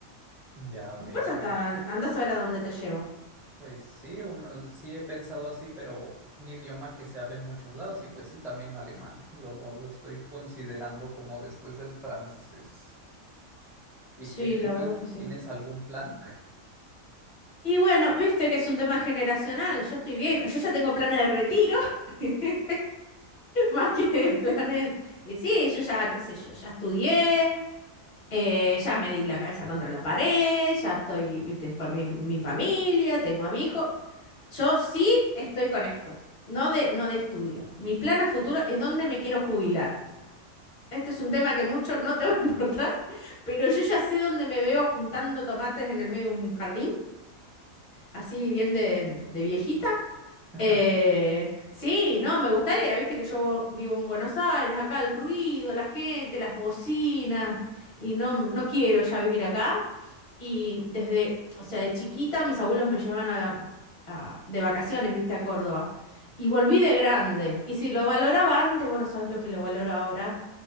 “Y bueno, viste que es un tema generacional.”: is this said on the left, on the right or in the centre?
Left